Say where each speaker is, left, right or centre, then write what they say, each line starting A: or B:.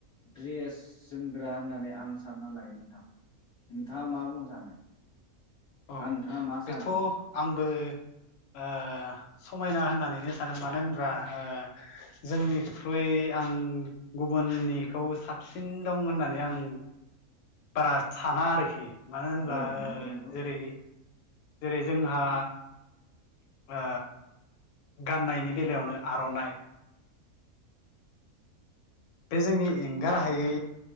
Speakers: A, on the left; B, on the left.
A: द्रेस जोमग्रा होननानै आं सानना लायो नोंथां। नोंथाङा मा बुंनो सानो?
B: अ
A: बा नोंथाङा मा
B: बेथ'
A: सानो
B: आंबो ओ समायना होननानैनो सानो मानो होनब्ला ओ जोंनि ख्रुइ आं गुबुननिखौ साबसिन दं होननानै आं बारा साना आरोखि। मानो होनब्ला
A: औ नंगौ
B: ओ
A: नंगौ
B: जेरै जेरै जोंहा ओ गाननायनि बेलायावनो आर'नाइ बे जोंनि एंगाराहायै